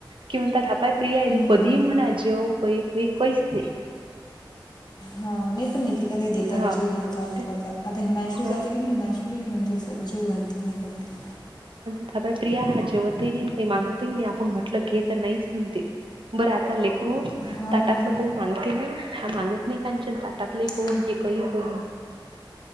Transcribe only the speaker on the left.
हम्म.
हा नाही पण निकिता काही देतात
जीव घालतात बिकडतात
आता हिमांशु
जाते की नाही हिमांशली म्हणजे अस जीव घालते नाही करते
हो
ना
हा